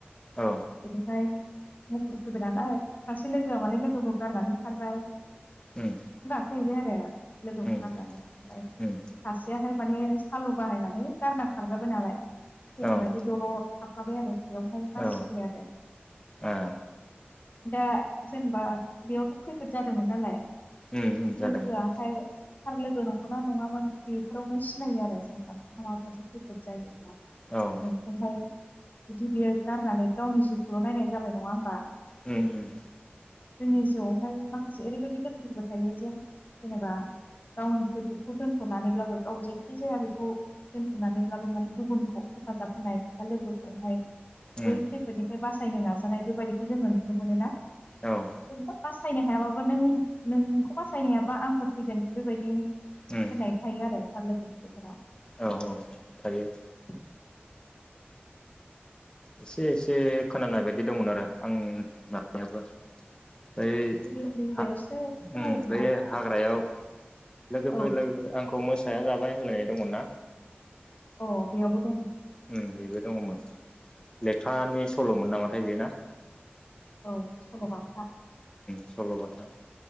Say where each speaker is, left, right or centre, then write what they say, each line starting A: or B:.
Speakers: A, on the left; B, on the left.
A: औ
B: एनिफ्राय। मुफुर फैबाय नालाय सासे लोगोआ माने लोगोखौ गारनानै। खारबाय।
A: उम।
B: हैबाय आरो लोगोखौ
A: उम
B: गारनानै ओमफाय सासेयाहाय
A: उम
B: माने सालु बाहायनानै गारना खारजाबाय नालाय थैनाय
A: औ
B: बायदि दलर थाफ्लाबाय आरो बेयावहाय बासिबाय
A: औ
B: आरो
A: आ
B: दा जेनेबा बेयावथ'। खैफोद जादोंमोन नालाय।
A: उम उम जादोंमोन
B: लोगोआ हाय। थार लोगो नंगौना नङामोन बेफोरावनो सिनायो आरो जेनेबा नोंहा माबा मोनसे खैफोद जायोब्ला
A: औ उम औ
B: नोंखौहाय जुदि बेयो गारनानै गावनि जिउखौल' नायनाय जाबाय नङा होमबा जोंनि
A: उम उम
B: जिउआव हाय माखासे ओरैबायदि लोगोफोरबो थायो जेन जेनेबा गावनि खैफोदखौ दोन्थ'नानैब्लाबो गाव जेखि जाया बेखौ दोनथ'नानैब्लाबो माने गुबुनखौ हेफाजाब होनाय बा लोगोखौहाय
A: उम
B: बै खैफोदनिफ्राय बासायनो नाजानाय बेबायदिखौ जोङो नुनो मोनोना।
A: औ।
B: जेनेबा बासायनो हायाबाबो नों नोंखौ बासायनो हायाबा आंबो थैगोन बेबायदि
A: उम
B: होनाय थायो आरो थार लोगोनि गेजेराव।
A: औ औ थायो।
B: <inaudible>
A: एसे एसे खोनानाय बायदि दंमोन आरो आं नायाबो। बै
B: गोदो उन्दै उन्दैयावसो
A: ओम
B: खोनायोमोनना
A: बै हाग्रायाव। लोगोफोर
B: औ
A: लोगोफोर आंखौ मो साया जाबाय होनलायनाय दंमोन ना।
B: अ बेयावबो दङ।
A: उम बेबो दङमोन लेखानि सल'मोन नामाथाय बे ना।
B: औ सल' बाथा।
A: सल' बाथा।